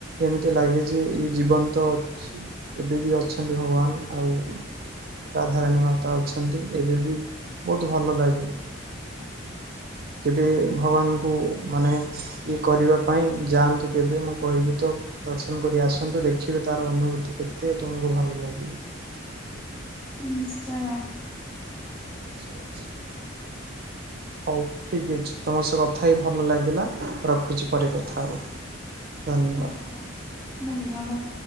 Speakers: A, on the right; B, in the centre.
A: ଏମିତି ଲାଗେ ଯେ ଇଏ ଜୀବନ୍ତ ଅଛି। ଏବେ ବି ଅଛନ୍ତି ଭଗବାନ ଆଉ ରାଧାରାଣୀ ମାତା ଅଛନ୍ତି ଏବେବି। ବହୁତ ଭଲ ଲାଗେ।
B: <inaudible>
A: କେବେ ଭଗବାନଙ୍କୁ ମାନେ ଇଏ କରିବାପାଇଁ ଯାଆନ୍ତୁ କେବେ ମୁଁ କହିବି ତ। ଦର୍ଶନ କରି ଆସନ୍ତୁ ଦେଖିବେ ତାର ଅନୁଭୂତି କେତେ ତୁମକୁ ଭଲ ଲାଗିବ।
B: ନିଶ୍ଚୟ।
A: ଆଚ୍ଛା ଆଚ୍ଛା।
B: <inaudible>
A: ହଉ ଠିକ ଅଛି ତମ ସହ କଥା ହେଇ ଭଲ ଲାଗିଲା ରଖୁଛି ପରେ କଥା ହବା। ଧନ୍ୟବାଦ।
B: ହଁ ହଁ ଧନ୍ୟବାଦ।